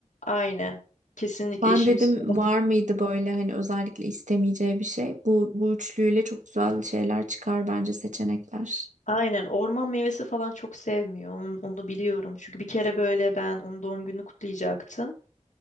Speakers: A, on the left; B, on the right.
A: Aynen. Kesinlikle
B: Ben
A: işimiz
B: dedim
A: kolay.
B: var mıydı böyle hani özellikle istemeyeceği bir şey. Bu, bu üçlüyle çok güzel şeyler çıkar bence seçenekler.
A: Aynen. Orman meyvesi falan çok sevmiyor. Onu, onu biliyorum. Çünkü bir kere böyle ben onun doğum gününü kutlayacaktım.